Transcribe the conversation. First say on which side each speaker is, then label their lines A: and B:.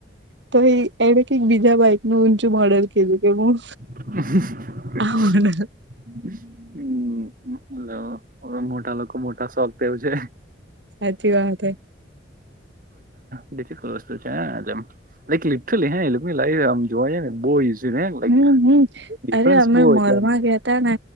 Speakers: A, on the right; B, on the right.
A: તો એ એણે કઈક બીજા બાઈક નું ઊંચું મોડલ કીધું કે હું.
B: હમ.
A: આ મોડલ
B: તો મોટા લોકો મોટા શોખ તેવું છે.
A: હાચી વાત હે.
B: બ એટલે વસ્તુ છે એટમ- લ લટલી હે એ લ આમ જોવાઈ ને બહુ ઈઝી લાઈક
A: હમ હમ
B: ડિફરન્સ
A: અરે અમે
B: બહુ
A: મોલમાં
B: એટલે આમ
A: ગયાતા ને